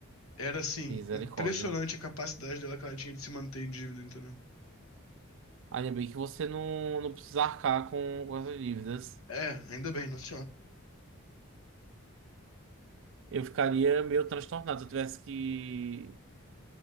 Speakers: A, on the left (about 80°); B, on the right (about 60°).
A: Era, assim,
B: misericórdia.
A: impressionante a capacidade dela que ela tinha de se manter em dívida, entendeu?
B: Ainda bem que você não, não precisa arcar com, com essas dívidas.
A: É, ainda bem, nossa senhora.
B: Eu ficaria meio transtornado se eu tivesse que